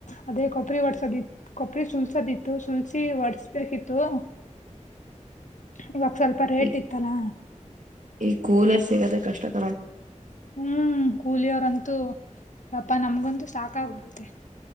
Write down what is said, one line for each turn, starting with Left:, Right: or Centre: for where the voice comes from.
Left: ಅದೇ ಕೊಬ್ರರಿ ಒಡ್ಸದಿ ಕೊಬ್ರಿ ಸುಲ್ಸದಿತ್ತು. ಇ ಸುಲ್ಸಿ ಹೊಡರ್ಸ್ಬೇಕಿತ್ತುಮ್. ಇವಾಗ ಸ್ವಲ್ಪ ರೇಟ್
Right: ಈ
Left: ಇತ್ತಲಾ.
Right: ಈ ಕೂಲರ್ ಸಿಗದ ಕಷ್ಟ ಆ.
Left: ಹ್ಮ್ ಕೂಲಿಯವ್ರಂತೂ. ಅಪಾ ನಮ್ಗಂತೂ ಸಾಕ ಆಗಬಡತ್ತೆ.